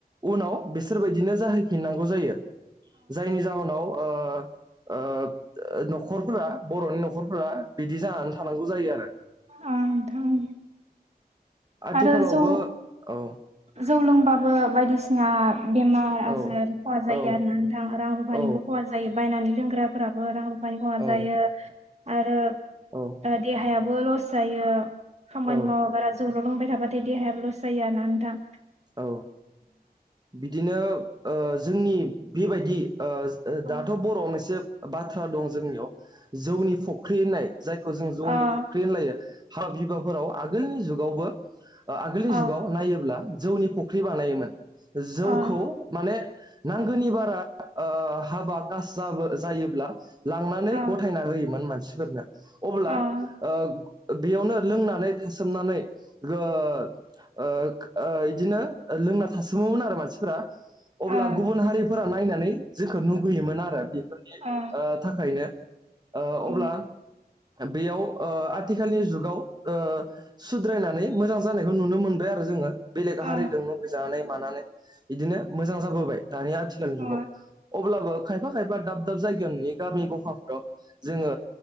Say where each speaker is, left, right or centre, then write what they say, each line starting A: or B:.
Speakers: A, on the right; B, on the right.
A: उनाव बिसोरबायदिनो जाहैफिननांगौ जायो। जायनि जाहोनाव ओ ओ ब ओ न'खर नखरफोरा बर'नि न'खरफोरा बिदि जानानै थानांगौ जायो आरो।
B: आ नोंथां
A: आथिखालावबो
B: आरो जौ
A: औ
B: जौ लोंबाबो बायदिसिना बेमार आजार
A: औ
B: खहा जायो
A: औ
B: आरो ना नोंथां रां रुफानिबो
A: औ
B: खहा जायो। बायनानै लोंग्राफोराबो रां रुफा ब खहा
A: औ
B: जायो आरो
A: औ
B: ओ देहायाबो लस जायो। खामानि
A: औ
B: मावा गारा जौल' लोंबाय थाबाथाय देहाया लस जायो ना नोंथां।
A: औ बिदिनो ओ जोंनि बेबायदि ओ जदाथ'
B: अ
A: बर'आव मोनसे बाथ्रा दं जोंनियाव जौनि फख्रि होननाय, जायखौ जों जौनि
B: अ
A: फख्रि होनलायो हाबा बिबाफोराव आगोलनि जुगावबो ओ आगोलनि
B: अ
A: जुगाव नायोब्ला जौनि फख्रि बानायोमोन, जौखौ
B: अ
A: माने नांगोनि बारा ओ हाबा कास जाबो जायोब्ला लांनानै
B: अ
A: गथायना होयोमोन मानसिफोरनो। अब्ला
B: अ
A: ओ गं बेयावनो लोंनानै सोमनानै गो ओख ओ इदिनो लोंना थासोमोमोन आरो मानसिफोरा। अब्ला
B: अ
A: गुबुन हारि फोरा नायनानै जोंखौ नमुगैयोमोन आरो बेफोरनि
B: अ
A: ओ थाखायनो। ओ
B: उम
A: अब्ला बेयाव ओ आथिखालनि जुगाव ओ सुद्रायनानै मोजां जानायखौ नुनो मोनबाय आरो जोंङो। बेलेग
B: अ
A: हारिजों मुबगैजानानै मानानै बिदिनो मोजां जाबोबाय दानि आथिखालनि
B: अ
A: जुगाव। अब्लाबो खायफा खायफा दाब दाब जायगायाव नुयो गामि गफाफोराव जोंङो